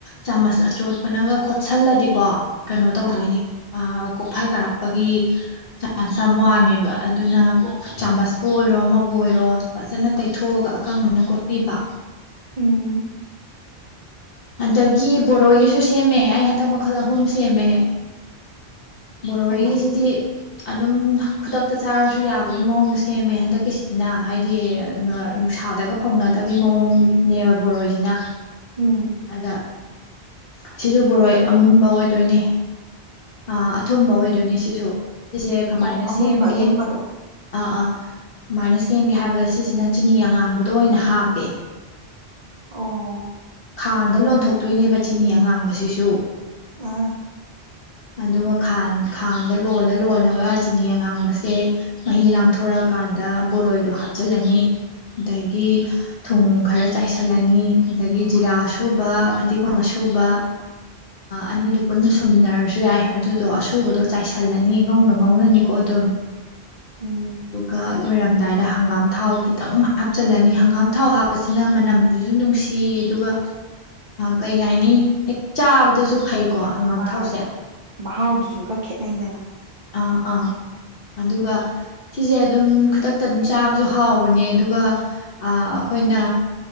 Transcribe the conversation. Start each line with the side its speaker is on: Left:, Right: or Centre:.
Left: ꯆꯥꯃꯁ ꯑꯆꯣꯠꯄꯅꯒ ꯀꯣꯠꯁꯤꯜꯂꯗꯤꯀꯣ ꯀꯩꯅꯣ ꯇꯧꯗꯣꯏꯅꯤ
Right: ꯑꯥ
Left: ꯑ ꯀꯣꯛꯐꯥꯏ ꯀꯥꯔꯛꯄꯒꯤ ꯆꯥꯟꯁ ꯌꯥꯝ ꯋꯥꯡꯉꯦꯕ ꯑꯗꯨꯅ
Right: ꯑꯣ
Left: ꯆꯥꯃꯁꯄꯨ ꯑꯣꯏꯔꯣ ꯑꯃꯕꯨ ꯑꯣꯏꯔꯣ ꯐꯖꯅ ꯇꯩꯊꯣꯛꯑꯒ ꯑꯀꯪꯕꯅ ꯀꯣꯠꯄꯤꯕ
Right: ꯎꯝ
Left: ꯑꯗꯒꯤ ꯕꯣꯔꯣꯏꯒꯤꯁꯨ ꯁꯦꯝꯃꯦ ꯑꯩ ꯍꯟꯗꯛ ꯃꯈꯜ ꯑꯍꯨꯝ ꯁꯦꯝꯃꯦ ꯕꯣꯔꯣꯒꯤꯁꯤꯗꯤ
Right: ꯍꯩꯃꯥ
Left: ꯑꯗꯨꯝ ꯈꯨꯗꯛꯇ ꯆꯥꯔꯁꯨ ꯌꯥꯕ ꯐꯕꯒꯤ ꯃꯑꯣꯡꯗꯣ ꯁꯦꯝꯃꯦ ꯍꯟꯗꯛꯀꯤꯁꯤꯅ ꯍꯥꯏꯗꯤ ꯅꯨꯡꯁꯥꯗꯒ ꯐꯧꯅꯗꯕꯤ ꯃꯑꯣꯡꯅꯦꯕ ꯕꯣꯔꯣꯏꯁꯤꯅ
Right: ꯎꯝ
Left: ꯑꯗ ꯁꯤꯁꯨ ꯕꯣꯔꯣꯏ ꯑꯃꯨꯟꯕ ꯑꯣꯏꯗꯣꯏꯅꯦ ꯑ ꯑꯊꯨꯝꯕ ꯑꯣꯏꯗꯣꯏꯅꯦ ꯁꯤꯁꯨ ꯁꯤꯁꯦ ꯀꯃꯥꯏꯅ
Right: ꯑꯣ ꯑꯃꯨꯟꯕ
Left: ꯁꯦꯝꯒꯦ
Right: ꯑꯊꯨꯝꯕꯗꯣ
Left: ꯑꯥ ꯑꯥ ꯀꯃꯥꯏꯅ ꯁꯦꯝꯒꯦ ꯍꯥꯏꯕꯗ ꯁꯤꯁꯤꯅ ꯆꯤꯅꯤ ꯑꯉꯥꯡꯕꯗꯣ ꯑꯣꯏꯅ ꯍꯥꯞꯄꯦ
Right: ꯑꯣ
Left: ꯈꯥꯡꯗ ꯂꯣꯟꯊꯣꯛꯇꯣꯏꯅꯦꯕ ꯆꯤꯅꯤ ꯑꯉꯥꯡꯕꯁꯤꯁꯨ
Right: ꯑ
Left: ꯑꯗꯨꯒ ꯈꯥꯡꯗ ꯂꯣꯜꯂ ꯂꯣꯜꯂꯒ ꯆꯤꯅꯤ ꯑꯉꯥꯡꯕꯁꯦ ꯃꯍꯤ ꯂꯥꯡꯊꯣꯔꯛꯑꯀꯥꯟꯗ ꯕꯣꯔꯣꯏꯗꯣ ꯍꯥꯞꯆꯤꯜꯂꯅꯤ ꯑꯗꯒꯤ
Right: ꯎꯝ
Left: ꯊꯨꯝ ꯈꯔ ꯆꯥꯏꯁꯤꯜꯂꯅꯤ ꯑꯗꯒꯤ ꯖꯤꯔꯥ ꯁꯨꯕ ꯐꯗꯤꯒꯣꯝꯕ ꯁꯨꯕ ꯑꯅꯤꯗꯨ ꯄꯨꯟꯅ ꯁꯣꯃꯤꯟꯅꯔꯁꯨ ꯌꯥꯏ ꯑꯗꯨꯗꯣ ꯑꯁꯨꯕꯗꯣ ꯆꯥꯏꯁꯜꯂꯅꯤ ꯉꯧꯅ ꯉꯧꯅꯅꯤꯀꯣ ꯑꯗꯨꯝ
Right: ꯎꯝ
Left: ꯑꯗꯨꯒ ꯂꯣꯏꯔꯝꯗꯥꯏꯗ ꯗ ꯍꯪꯒꯥꯝ ꯊꯥꯎ ꯈꯤꯇꯪ ꯍꯥꯞꯆꯤꯜꯂꯅꯤ ꯍꯪꯒꯥꯝ ꯊꯥꯎ ꯍꯥꯞꯄꯁꯤꯅ ꯃꯅꯝꯁꯤꯁꯨ ꯅꯨꯡꯁꯤ ꯑꯗꯨꯒ ꯀꯩ ꯍꯥꯏꯅꯤ ꯍꯦꯛ ꯆꯥꯕꯗꯁꯨ ꯐꯩ ꯀꯣ ꯍꯪꯒꯥꯝ
Right: ꯃꯥꯅꯦ
Left: ꯊꯥꯎꯁꯦ
Right: ꯃꯍꯥꯎꯗꯨꯁꯨ ꯈꯔ ꯈꯦꯠꯅꯩꯗꯅ
Left: ꯑꯥ ꯑꯥ ꯑꯗꯨꯒ ꯁꯤꯁꯦ ꯑꯗꯨꯝ ꯈꯨꯗꯛꯇ ꯑꯗꯨꯝ ꯆꯥꯕꯁꯨ ꯍꯥꯎꯕꯅꯦ ꯑꯗꯨꯒ ꯑꯩꯈꯣꯏꯅ